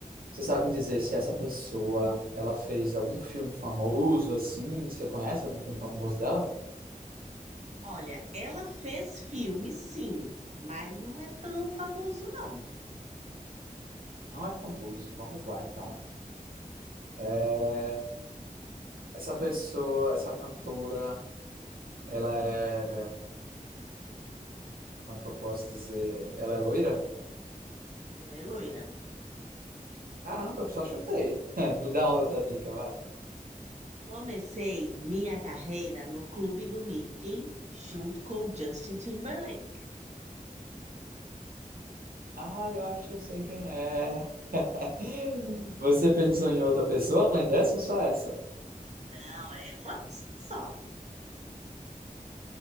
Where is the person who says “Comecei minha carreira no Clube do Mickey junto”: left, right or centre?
Right